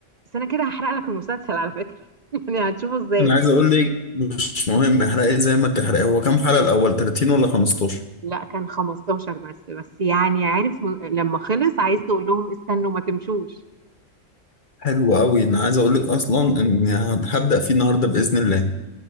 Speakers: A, on the right; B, on the left.
A: بس انا كده هحرق لك المسلسل على فكرة <laughs> يعني هتشوفه ازاي
B: انا عايز اقول لك مش مهم احرقي زي ما تحرقي هو كام حلقة الاول 30 ولا 15
A: لا كان 15 بس بس يعني عارف م- لما خلص عايز تقول لهم استنوا ما تمشوش
B: حلو قوي انا عايز اقول لك اصلا ان هبدأ فيه النهارده بإذن الله